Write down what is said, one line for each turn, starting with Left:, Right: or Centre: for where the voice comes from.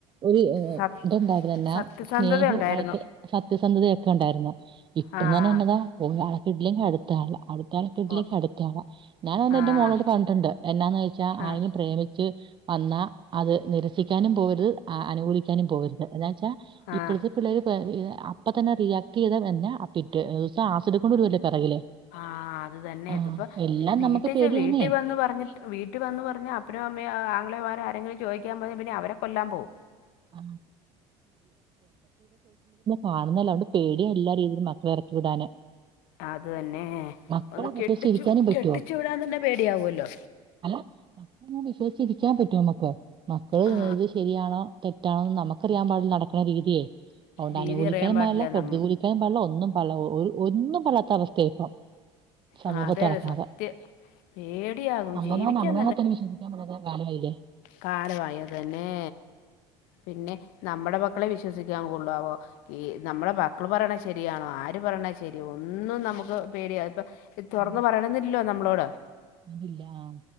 Right: ഒരു
Left: സ
Right: ഇത്ണ്ടായിരുന്നന്നെ
Left: സത്യസന്ധത
Right: സ്നേഹവും
Left: ഉണ്ടായിരുന്നു
Right: വഴക്ക് അ സത്യസന്ധതയൊക്കെ ഉണ്ടായിരുന്നു ഇപ്പൊന്ന്
Left: ആഹ്
Right: പറഞ്ഞന്നതാ പോയആളെകിട്ടിയില്ലെങ്കിൽ അടുത്തആളെ തലക്കെട്ടിലേക്ക്
Left: ഓ
Right: അടുത്താണ് ഞാൻ വ
Left: ആഹ്
Right: എന്റെ മോളോട് പറഞ്ഞിട്ടുണ്ട് എന്നാന്ന് വെച്ചാ
Left: ആഹ്
Right: ആരെയും പ്രേമിച്ച് വന്നാ അത് നിരസിക്കാനും പോകരുത്. അനുകൂലിക്കാനും പോകരുത്
Left: ആഹ്
Right: ഇപ്പോഴത്തെ പിള്ളേര് അപ്പ തന്നെ റിയാക്ട് ചെയ്ത എന്നന്നെ പിറ്റ് ദിവസം ആസിഡ് കൊണ്ട് വരുവല്ലേ പിറകില്
Left: ആഹ് അത് തന്നെ
Right: ആ
Left: ഇതിപ്പ
Right: എല്ലാം
Left: വീട്ടിൽ
Right: നമുക്ക് പേടിയാന്നേ
Left: വീട്ടിൽ വന്ന് പറഞ്ഞിട്ട് വീട്ടിൽ വന്ന് പറഞ്ഞ അപ്പനും അമ്മയും ആങ്ങളമാർ ആരെങ്കിലും ചോദിക്കാൻ പോയാ അവരെ കൊല്ലാൻ പോകും
Right: ആ, കാണുന്നല്ലതൊണ്ട് പേടിയ എല്ലാ രീതിയിലും മക്കള ഇറക്കി വിടാന്
Left: അത് തന്നെ
Right: മക്കളെ
Left: ഒന്ന്
Right: വിശ്വസിച്ചിരിക്കാനും
Left: കെട്ടിച്ചു
Right: പറ്റുമോ?
Left: കെട്ടിച്ചു വിടാൻ തന്നെ പേടിയാവൂല്ലോ
Right: അല്ല വിശ്വിച്ചിരിക്കാൻ പറ്റുമ മക്ക് മക്കള്
Left: ആ
Right: ഇത് ശരിയാണോ തെറ്റാണോെന്ന് നമുക്കറിയാൻ പാടില്ല നടക്കുന്ന രീതിയെ അതൊണ്ട്
Left: രീതി
Right: അനുകൂലിക്കാനും
Left: അറിയാൻ
Right: പാടില്ല പ്രതികൂലിക്കാനും
Left: നം
Right: പാടില്ല ഒന്നും പല ഒന്നും പറയാത്ത അവസ്ഥ ഇപ്പം സമൂഹത്ത്
Left: ആ അതെ
Right: നടക്കണത്.
Left: അതെ സത്യം പേടിയാകും
Right: അമ്മനോ
Left: ജീവിക്കാൻ
Right: അമ്മനോണോ തന്നെ വിശ്വസിക്കാനോ പറ്റാത്ത കാലായിലെ
Left: കാലമായതു തന്നെ പിന്നെ നമ്മുടെ മക്കളെ വിശ്വസിക്കാൻ കൊള്ളാവോ ഈ നമ്മുടെ മക്കള് പറയണ ശരിയാണോ ആര് പറയാണ്താ ശരി ഒന്നും നമുക്ക് പേടിയ ഇപ്പൊ തുറന്ന്
Right: ആ,
Left: പറയണുന്നില്ലോ നമ്മളോട്
Right: അതില്ല ആ